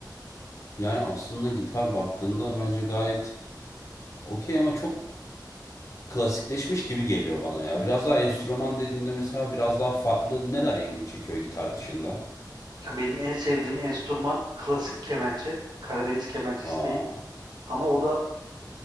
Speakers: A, on the left; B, on the right.
A: yani aslında gitar baktığında bence gayet okey ama çok klasikleşmiş gibi geliyor bana ya. Biraz daha enstrüman dediğinde mesela biraz daha farklı neler ilgini çekiyor gitar dışında?
B: Ya benim en sevdiğim enstrüman klasik kemençe. Karadeniz kemençesi
A: Aa.
B: değil. Ama o da